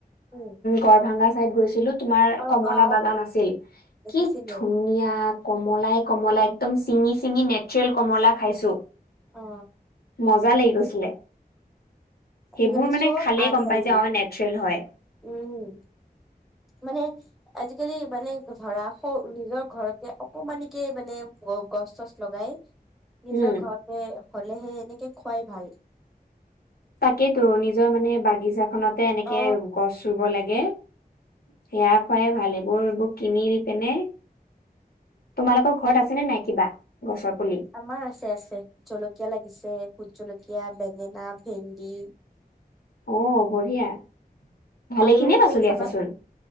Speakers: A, in the centre; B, on the left.
A: উম
B: গৰ ভাংগা চাইদ গৈছিলো তোমাৰ
A: অ
B: কমলা
A: অ
B: বাগান আছিল
A: দেখিছিলো
B: কি ধুনীয়া কমলাই কমলা একদম চিঙি চিঙি নেচৰেল কমলা খাইছো।
A: অ
B: মজা লাগি গৈছিলে।
A: আজিকালি
B: সেইবোৰ মানে
A: চব
B: খালেই
A: আনহেল্ডি
B: গম পায় যে অ', নেচৰেল হয়।
A: উম মানে আজিকালি মানে ধৰা নিজৰ ঘৰতে অকমানিকে মানে গচ চচ লগাই নিজৰ
B: উম।
A: ঘৰতে হ'লেহে এনেকে খুৱাই ভাল।
B: তাকেইেতো নিজৰ মানে বাগিছাখনতে এনেকে
A: অ
B: গছ ৰুব লাগে। সেয়া খোৱাই ভাল এইবোৰ এইবোৰ কিনি পিনে তোমালোকৰ ঘৰত আছেনে নাই কিবা? গছৰ পুলি?
A: আমাৰ আছে আছে জলকীয়া লাগিছে ভোট জলকীয়া কীয়া, বেঙেনা, ভেন্ডি
B: অ' বঢ়িয়া। ভালে
A: আৰু
B: খিনিয়ে পাচলি
A: সেই চাবা
B: আছেচোন